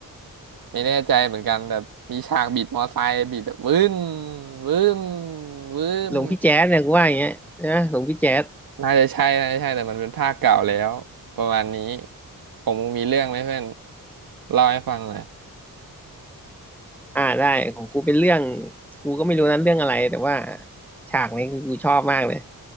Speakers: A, on the right; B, in the centre.
A: ไม่แน่ใจเหมือนกันแต่มีฉากบิดมอไซค์บิดแบบวื้นวื้นวื้น
B: หลวงพี่แจ๊สเนี่ยกูว่าอย่างเงี้ยนะหลวงพี่แจ๊ส
A: น่าจะใช่น่าจะใช่แต่มันเป็นภาคเก่าแล้วประมาณนี้ของมึงมีเรื่องไหมเพื่อนเล่าให้ฟังหน่อย
B: อ่าได้ของกูเป็นเรื่องกูก็ไม่รู้นั้นเรื่องอะไรแต่ว่าฉากนี้คือกูชอบมากเลย